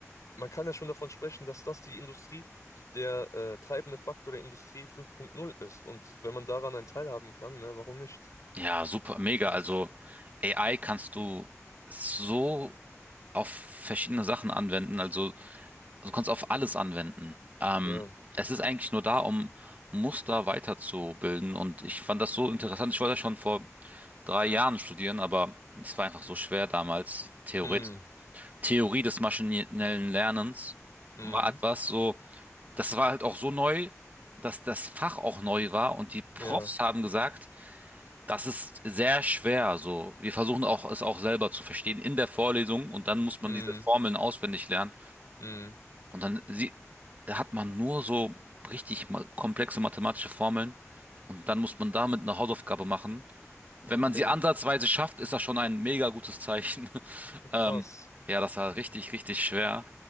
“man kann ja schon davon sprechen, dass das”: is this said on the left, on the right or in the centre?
Left